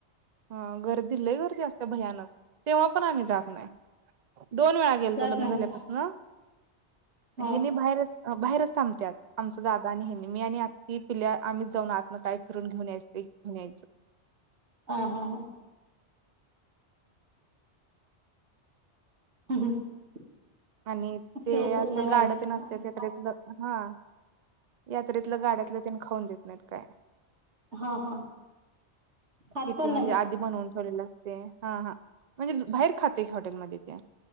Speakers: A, on the right (about 50°); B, on the right (about 80°).
A: हा गर्दी लय गर्दी अस ते भयानक तेव्हा पण आम्ही जात नाय दोन वेळा गेलतो
B: जात
A: लग्न
B: नाही
A: झाल्यापासन
B: हा
A: हेनी बाहेरच अ बाहेरच थांबत्यात आमच दात <unintelligible> ह्यांनी मी आणि आती पिल्या आम्हीच जाऊन आत न काय फिरून घेऊन यायच ते घेऊन यायच.
B: हा हा हा <inaudible>
A: आणि
B: सोसत
A: ते असं
B: नाही माणसासनी
A: गाड तेन असत्यात यात्रेतलं हं यात्रेतलं गाड <unintelligible> कोण देत नाहीत काय नाय
B: हा हा खात
A: किती
B: पण
A: म्हणजे
B: नाहीत
A: आधी बनवून ठेवलेल अस ते हा हा म्हणजे बाहेर खाते हॉटेलमध्ये ते